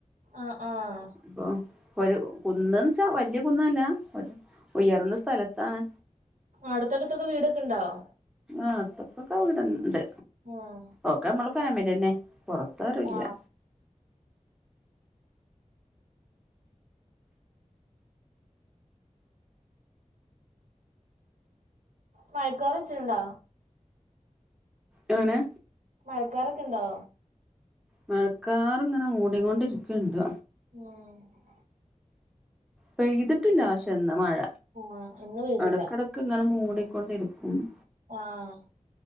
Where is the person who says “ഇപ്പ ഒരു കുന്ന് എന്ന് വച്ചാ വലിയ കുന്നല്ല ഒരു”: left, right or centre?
Centre